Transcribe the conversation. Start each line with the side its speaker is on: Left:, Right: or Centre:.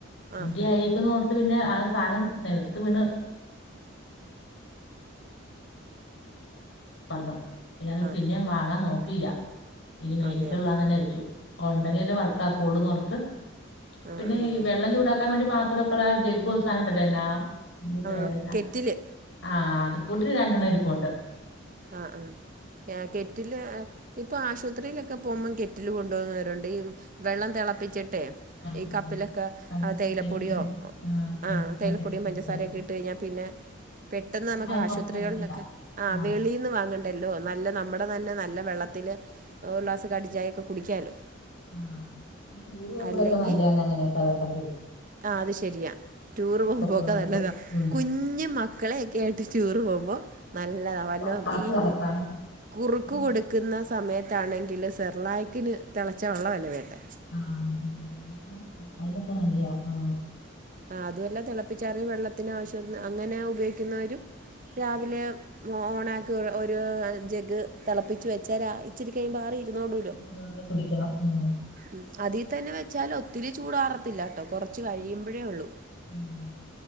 Left: എന്റെ
Right: ആഹ്
Left: ആയിരിക്കും ഓർത്ത് പിന്നെ ആ സാധനം നിലത്ത് വീണ് വന്ന് ഇും
Right: ആഹ്
Left: പിന്നേ വാങ്ങാൻ നോക്കില്ല. ഇത് മേടിക്കള്ളാന്ന്
Right: അതെയോ
Left: തന്നെ വെച്ചു. ഉണ്ടെങ്കിൽ അല്ലേ വർക്ക ആാക്കള്ളൂന്ന്ോ റത്ത്
Right: ആഹ്
Left: പിന്നെ
Right: ആഹ്
Left: ഈ വെള്ളം ചൂടാക്കാൻ വേണ്ടി മാത്രേ മക്കള ജ ഗോസാാനണ്ടലന്ന പേരന്ന
Right: ആഹ് കെറ്റില്
Left: ആഹ് അത് കൂട്ടിട്ട രണ്ടെണ്ണം ഇരി പോണ്ട്.
Right: ആഹ ആ കെറ്റില് ഇപ്പൊ ആശുപത്രിയിലൊക്കെ പോകുമ്പോം കെറ്റിൽ കൊണ്ടു പോന്നുന്നവരുണ്ട് ഈ വെള്ളം തിളപ്പിച്ചട്ടെ
Left: ആ ആ
Right: ഈ കപ്പിലൊക്കെ
Left: നമുക്ക്
Right: തേയിലപ്പൊടിയോ
Left: കയ്യിൽ പോയിട്ട് എടു ആ പഞ്ചസാരയൊക്കെ
Right: ആഹ തേലപ്പൊടിയും
Left: ഇട്ട്
Right: പഞ്ചസാരൊക്കെ
Left: എടുക്കാലോ
Right: ഇട്ട് കഴിഞ്ഞാൽ പിന്നെ പെട്ടെന്ന്
Left: ചായ
Right: നമുക്ക് ആശുപത്രികളിലൊക്കെ
Left: പുറത്ത് മേടിക്കണ്ട
Right: ആഹ
Left: ആ
Right: വെളിന്ന് വാങ്ങണ്ടല്ലോ നല്ല നമ്മുടെ തന്നെ നല്ല വെള്ളത്തില് ഒരു ഗ്ലാസ് കട്ടൻചായയൊക്കെ കുടിക്കാലോ?
Left: ആഹ ചോറ് പോവുമ്പോഴൊക്കെ
Right: അല്ലെങ്കി
Left: നല്ലന്ന് അങ്ങനെയൊക്കെ അത്ണ്ടെങ്കിൽ.
Right: ആ അത് ശരിയാ ടൂറ് പോകുമ പോക്ക
Left: പോണോർക്ക്
Right: നല്ലതാ
Left: ഉം
Right: കുഞ്ഞ് മ മക്കളെയൊക്കെ ആയിട്ട് ടൂറ് പോകുമ്പോൾ നല്ലത
Left: കടലാസ്
Right: ഈ
Left: കലക്കാനും
Right: കുറുക്ക്
Left: അങ്ങനെ
Right: കൊടുക്കുന്ന സമയത്ത് ആണെങ്കിൽ സെർലായക്കിന് തിളച്ച വെള്ളമല്ല വേണ്ടേ?
Left: ആത അപ്പ അതിനൊക്കെ നല്ല ആ
Right: ആ് അതുമല്ല തിളപ്പിച്ചാറിിയ വെള്ളത്തിന് ആവശ്യം അങ്ങനെ ഉപയോഗിക്കുന്നവരും രാവിലെ ഓണാക്കി ഒരു ജഗ് തിളപ്പിച്ച് വെച്ചാൽ ഇച്ചിരിക്കഴിയുമ്പോ ആറി ഇരുന്നോടൂല്ലോ
Left: ടുവെള്ളം കുടിക്കാം ഉ
Right: ഉ അതിൽ തന്നെ വെച്ചാൽ ഒത്തിരി ചൂടാറത്തില്ലാട്ടോ കൊറച്ച് കഴിയുമ്പോഴേ ഉള്ളു.
Left: ഉം